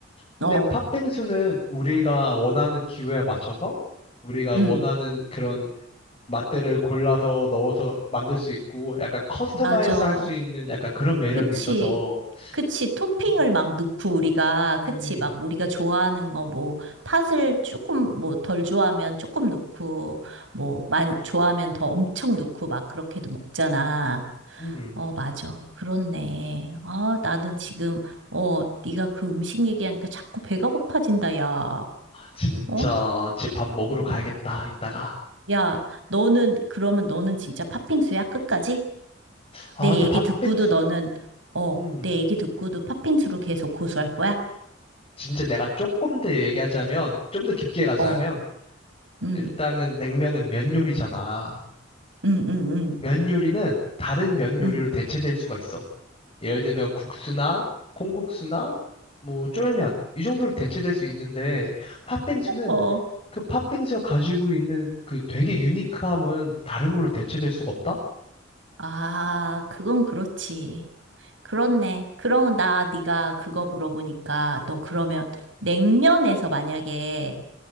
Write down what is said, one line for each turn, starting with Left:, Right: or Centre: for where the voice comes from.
Left: 근데
Right: 어,
Left: 팥빙수는 우리가 원하는 기호에 맞춰서 우리가
Right: 음,
Left: 원하는 그런 맛들을 골라서 넣어서 만들 수 있고 약간 커스터마이즈
Right: 맞아.
Left: 할 수 있는 약간 그런 매력이
Right: 그치.
Left: 있어서.
Right: 그치. 토핑을
Left: 음,
Right: 막 넣고 우리가,
Left: 그치.
Right: 그치. 막 우리가 좋아하는 거 뭐, 팥을 조금 뭐 덜 좋아하면 조금 넣고, 뭐 많이 좋아하면 더 엄청 넣고 막 그렇게도 먹잖아.
Left: 음.
Right: 어, 맞아. 그렇네. 아, 나는 지금, 어, 네가 그 음식 얘기하니까 자꾸 배가 고파진다, 야.
Left: 진짜
Right: 어?
Left: 집 밥 먹으러
Right: 어.
Left: 가야겠다, 이따가.
Right: 야, 너는, 그러면 너는 진짜 팥빙수야? 끝까지?
Left: 아,
Right: 내
Left: 근데
Right: 얘기
Left: 팥빙수.
Right: 듣고도 너는, 어,
Left: 음,
Right: 내 얘기 듣고도 팥빙수로 계속 고수할 거야?
Left: 진짜 내가 조금 더 얘기하자면, 좀 더 깊게 가자면,
Right: 어, 음,
Left: 일단은 냉면은 면 요리잖아.
Right: 음, 음, 음,
Left: 면 요리는 다른 면 요리로
Right: 음.
Left: 대체될 수가 있어. 예를 들면 국수나 콩국수나 뭐 쫄면 이 정도로 대체될 수 있는데 팥빙수는
Right: 어,
Left: 그 팥빙수가 가지고 있는 그 되게 유니크함은 다른 걸로 대체될 수가 없다?
Right: 아, 그건 그렇지. 그렇네. 그러면 나 네가 그거 물어보니까 너 그러면 냉면에서 만약에